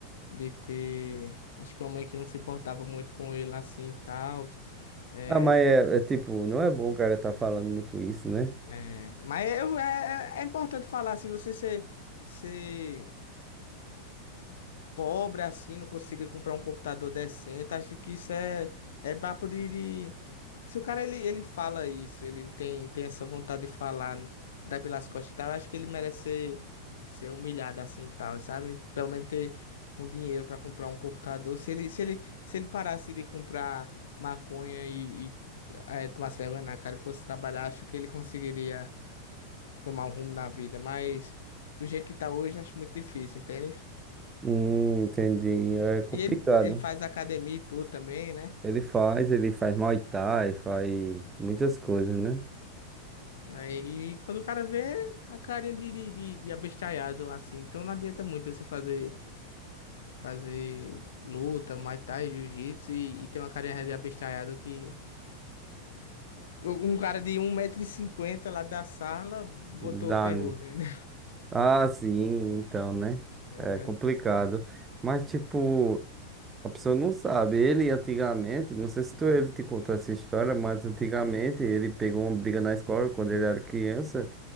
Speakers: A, on the left; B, on the right.
A: de ter. Acho que uma mãe que não se importava muito com ele, assim, e tal é,
B: Ah, mas é, é tipo, não é bom o cara tá falando muito isso, né?
A: É, mas é, eu- é, é é importante falar, se você ser, ser pobre assim, não conseguir comprar um computador decente, acho que isso é, é papo de, de- Se o cara ele, ele fala isso, ele tem, tem essa vontade de falar, dar pelas costas e tal, eu acho que ele merece ser, ser humilhado assim e tal, sabe? Pelo menos ter um dinheiro para comprar um computador. Se ele, se ele, se ele parasse de comprar maconha e, e eh, tomasse vergonha na cara e fosse trabalhar, acho que ele conseguiria tomar um rumo na vida, mas do jeito que tá hoje, acho muito difícil, entende?
B: Hum, entendi. É complicado.
A: E ele, ele faz academia e tudo também, né?
B: Ele faz, ele faz Muay Thai, faz muitas coisas, né?
A: Aí e quando o cara vê a carinha de, de, de, de abestalhado, assim, então não adianta muito você fazer, fazer luta, Muay Thai, Jiu-Jitsu e, e ter uma carinha de abestalhado que. Um cara de um metro e cinquenta lá da sala botou
B: Dá.
A: o terror
B: né?
A: nele.
B: Ah, sim, então, né?
A: <laughs> Entendeu?
B: É complicado. Mas, tipo. A pessoa não sabe. Ele antigamente, não sei se tu, ele te contou essa história, mas antigamente ele pegou uma briga na escola quando ele era criança